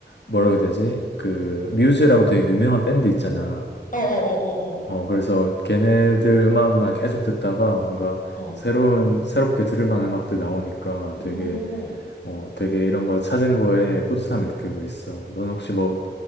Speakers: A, on the left; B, on the left.
A: 뭐라고 해야 되지? 그, 뮤즈라고 되게 유명한 밴드 있잖아.
B: 어, 어, 어, 어,
A: 어, 그래서 걔네들 음악만 계속 듣다가 뭔가
B: 어. 어.
A: 새로운, 새롭게 들을 만한 음악들 나오니까
B: 오.
A: 되게 어, 되게 이런 거 찾은 거에 뿌듯함을 느끼고 있어. 너는 혹시 뭐